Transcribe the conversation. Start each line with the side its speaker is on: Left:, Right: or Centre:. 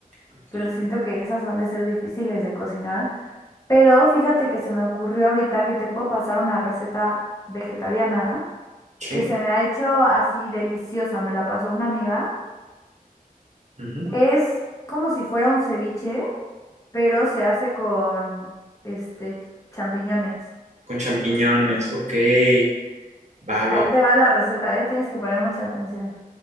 Right: Ok,
Left: pero siento que esas han de ser difíciles de cocinar. Pero fíjate que se me ocurrió ahorita que te puedo pasar una receta vegetariana
Right: Sí.
Left: que se me ha hecho así deliciosa, me la pasó una amiga.
Right: ujú.
Left: Es como si fuera un ceviche pero se hace con este champiñones.
Right: Con champiñones, ok. Va,
Left: Ahí
Right: va.
Left: te va la receta, ¿eh? Tienes que poner mucha atención.